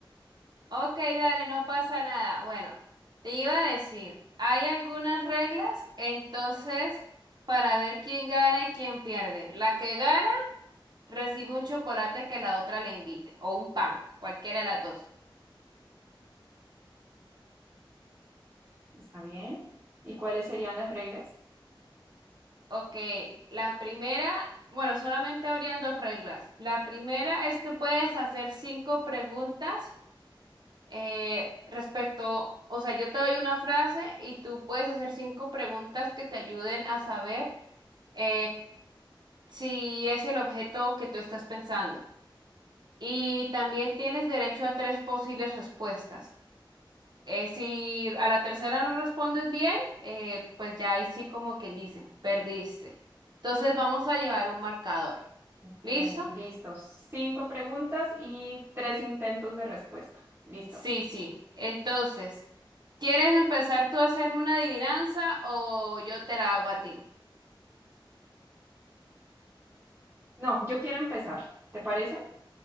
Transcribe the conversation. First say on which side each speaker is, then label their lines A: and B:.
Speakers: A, on the right (about 55°); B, on the right (about 25°).
A: Ok, dale, no pasa nada. Bueno, te iba a decir, hay algunas reglas, entonces, para ver quién gana y quién pierde. La que gana recibe un chocolate que la otra le invite, o un pan, cualquiera de las dos.
B: está bien. ¿Y cuáles serían las reglas?
A: Ok, la primera, bueno, solamente habrían dos reglas. La primera es que puedes hacer cinco preguntas eh, respecto, o sea, yo te doy una frase y tú puedes hacer cinco preguntas que te ayuden a saber eh, si es el objeto que tú estás pensando. Y también tienes derecho a tres posibles respuestas. Eh, si a la tercera no respondes bien, eh, pues ya ahí sí como quien dice, perdiste. Entonces vamos a llevar un marcador.
B: Ok,
A: ¿Listo?
B: listo. Cinco preguntas y tres intentos de respuesta. Listo.
A: Sí, sí. Entonces, ¿quieres empezar tú a hacerme una adivinanza o yo te la hago a ti?
B: No, yo quiero empezar. ¿Te parece?